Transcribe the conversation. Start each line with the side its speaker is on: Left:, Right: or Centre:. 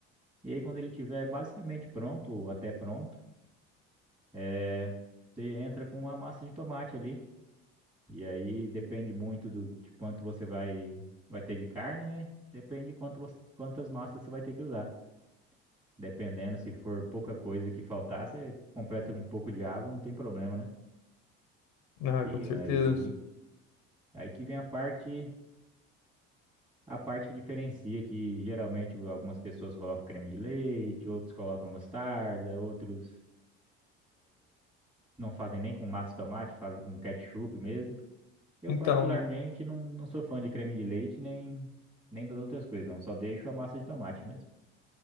Right: E aí, quando ele tiver basicamente pronto, ou até pronto, é, você entra com a massa de tomate ali. E aí depende muito do, de quanto você vai, vai ter de carne, né? Depende de quanto você- quantas massas você vai ter que usar. Dependendo, se for pouca coisa que faltar, você completa com um pouco de água, não tem problema, né?
Left: Ah,
Right: E
Left: com certeza.
Right: aí, aí que vem a parte, a parte que diferencia, que geralmente algumas pessoas colocam creme de leite, outros colocam mostarda, outros não fazem nem com massa de tomate, fazem com ketchup mesmo. Eu,
Left: Então,
Right: particularmente, não, não sou fã de creme de leite nem, nem das outras coisas, não. Só deixo a massa de tomate mesmo.